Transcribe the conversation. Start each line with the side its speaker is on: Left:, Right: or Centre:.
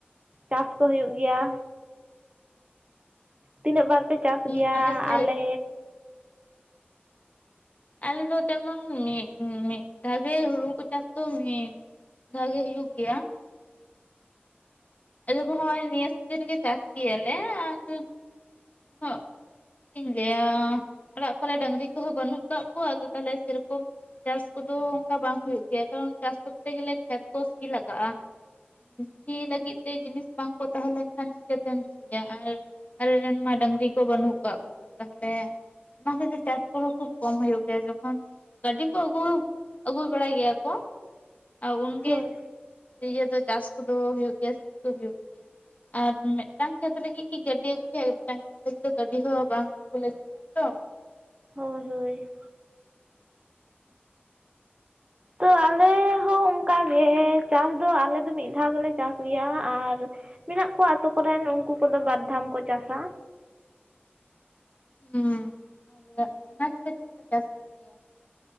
Right: ᱪᱟᱥ ᱠᱚ ᱦᱩᱭᱩᱜ ᱜᱮᱭᱟ? ᱛᱤᱱᱟᱹᱜ ᱵᱟᱨ ᱯᱮ ᱪᱟᱥ
Left: ᱩᱸ
Right: ᱜᱮᱭᱟ
Left: ᱥᱮᱫ
Right: ᱟᱞᱮ
Left: ᱟᱞᱮ ᱫᱚ ᱡᱮᱢᱚᱱ ᱢᱤᱜ ᱢᱤᱜ ᱫᱷᱟᱣ ᱜᱮ ᱦᱩᱲᱩ ᱠᱚ ᱪᱟᱥ ᱛᱚ ᱢᱤᱜ, ᱫᱷᱟᱣ ᱜᱮ ᱦᱩᱭᱩᱜ ᱜᱮᱭᱟ᱾ ᱟᱞᱮ ᱠᱚᱦᱚᱸ ᱱᱤᱭᱟᱹ ᱥᱤᱡᱤᱱ ᱨᱮᱜᱮ ᱪᱟᱥ ᱜᱮᱭᱟᱞᱮ ᱟᱫᱚ, ᱩᱱᱟᱹᱜ, ᱪᱮᱜ ᱤᱧ ᱞᱟᱹᱭᱟ ᱚᱲᱟᱜ ᱠᱚᱨᱮ ᱰᱟᱹᱝᱨᱤ ᱠᱚᱦᱚᱸ ᱵᱟᱹᱱᱩᱜ ᱠᱟᱜ ᱠᱚᱣᱟ ᱟᱫᱚ ᱛᱟᱦᱚᱞᱮ ᱥᱮᱨᱚᱠᱚᱢ ᱪᱟᱥ ᱠᱚᱫᱚ ᱚᱝᱠᱟ ᱵᱟᱝ ᱦᱩᱭᱩᱜ ᱜᱮᱭᱟ ᱠᱟᱨᱚᱱ ᱪᱟᱥ ᱠᱚᱨᱛᱮ ᱜᱮᱞᱮ ᱠᱷᱮᱛ ᱠᱚ ᱥᱤ ᱞᱟᱜᱟᱜᱼᱟ᱾ ᱥᱤ ᱞᱟᱹᱜᱤᱫ ᱛᱮ ᱡᱤᱱᱤᱥ ᱵᱟᱝᱠᱚ ᱛᱟᱦᱮᱸ ᱞᱮᱱ ᱠᱷᱟᱱ ᱪᱤᱠᱟᱹᱛᱮᱢ ᱥᱤᱭᱟ ᱟᱨ ᱟᱞᱮ ᱨᱮᱱ ᱢᱟ ᱰᱟᱹᱟᱝᱨᱤ ᱠᱚ ᱵᱟᱹᱱᱩᱜ ᱠᱟᱜ ᱠᱚᱣᱟ ᱛᱟᱦᱚᱞᱮ ᱚᱱᱟ ᱠᱷᱟᱹᱛᱤᱨ ᱪᱟᱥ ᱠᱚᱦᱚᱸ ᱠᱷᱩᱵ ᱠᱚᱢ ᱦᱩᱭᱩᱜ ᱜᱮᱭᱟ ᱡᱚᱠᱷᱚᱱ, ᱜᱟᱹᱰᱤ ᱠᱚ ᱟᱹᱜᱩ ᱟᱹᱜᱩ ᱵᱟᱲᱟᱭ ᱜᱮᱭᱟ ᱠᱚ ᱟᱨ ᱩᱱᱜᱮ
Right: ᱦᱳᱭ
Left: ᱤᱭᱟᱹ ᱫᱚ ᱪᱟᱥ ᱠᱚᱫᱚ ᱦᱩᱭᱩᱜ ᱜᱮᱭᱟ ᱥᱤ ᱠᱚ ᱦᱩᱭᱩᱜ ᱜᱮᱭᱟ᱾ ᱟᱨ ᱢᱤᱫᱴᱟᱝ ᱠᱷᱮᱛ ᱨᱮᱜᱮ ᱠᱤ ᱜᱟᱹᱰᱤ ᱟᱹᱜᱩᱭᱟᱭ <inaudible> ᱜᱟᱹᱰᱤ ᱫᱚ ᱵᱟᱝᱠᱚ ᱟᱜᱩ ᱞᱟᱹᱜᱤᱫᱚᱜᱼᱟ ᱛᱚ
Right: ᱦᱳᱭ ᱦᱳᱭ, ᱛᱚ ᱟᱞᱮ ᱦᱚᱸ ᱚᱱᱠᱟ ᱜᱮ ᱪᱟᱥ ᱫᱚ ᱟᱞᱮ ᱫᱚ ᱢᱤᱫ ᱫᱷᱟᱣ ᱜᱮᱞᱮ ᱪᱟᱥ ᱜᱮᱭᱟ ᱟᱨ ᱢᱮᱱᱟᱜ ᱠᱚᱣᱟ ᱟᱛᱳ ᱠᱚᱨᱮᱱ ᱩᱱᱠᱩ ᱠᱚᱫᱚ ᱵᱟᱨ ᱫᱷᱟᱢ ᱠᱚ ᱪᱟᱥᱟ᱾
Left: ᱦᱩᱸ ᱟᱨ ᱚᱱᱟ ᱪᱮᱠᱟ, ᱪᱮᱜ ᱞᱮᱠᱟ ᱪᱟᱥ ᱦᱩᱭᱩᱜ ᱜᱮᱭᱟ?